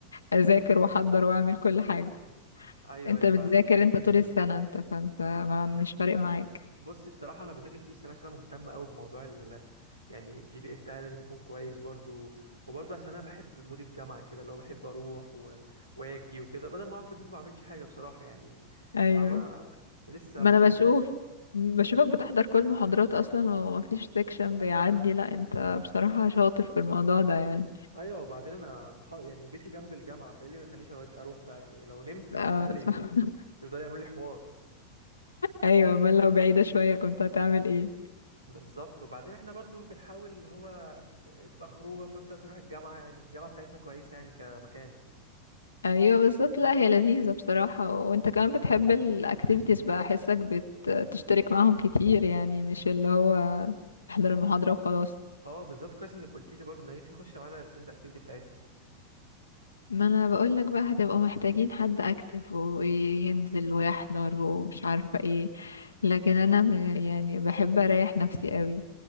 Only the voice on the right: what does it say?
ايوه
ايوه
فاهمك
بصي بصراحه انا بذاكر طول السنه عشان انا مهتم قوي بموضوع ال... يعني الجي بي اي بتاعي لازم يكون كويس برضو وبرضو عشان انا بحب مود الجامعه كده اللي هو بحب اروح و... واجي وكده بدل ما اقعد في البيت ما بعملش حاجه بصراحه يعني
فاهمه لسه
برضو
ايوه وبعدين انا مح... يعني بيتي جنب الجامعه فايه اللي ما يخلينيش أود- اروح بقى يعني لو نمت ب-
اهلي
بيفضلوا يعملوا لي حوار
بالظبط وبعدين احنا برضو بنحاول اللي هو ف- تبقى خروجه في نفس الوقت نروح الجامعه يعني الجامعه بتاعتنا كويسه يعني كمكان
اه بالظبط كويس انك قلت لي برضو ما تيجي تخش معانا الستودنت اكتيفيتي بتاعتنا